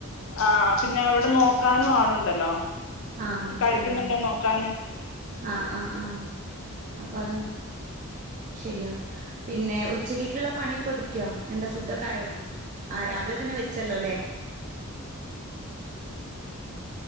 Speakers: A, on the left (about 65°); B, on the right (about 35°).
A: ആഹ് പിന്നെ അവിടെ നോ ക്കാനും ആളുണ്ടല്ലോ
B: ആഹ്
A: കഴിക്കുന്നുണ്ടോ
B: അതെ അതെ
A: നോക്കാന്
B: ആഹ് ആഹ് ആഹ് അപ്പ തും ശരിയാവും പിന്നെ ഉച്ചക്കക്കുള്ള പണിയൊക്കെ ഒതുക്കിയോ എന്താ ഫുഡൊക്കെ ആയോ ആ രാവിലെ തന്നെ വെച്ചല്ലോ അല്ലേ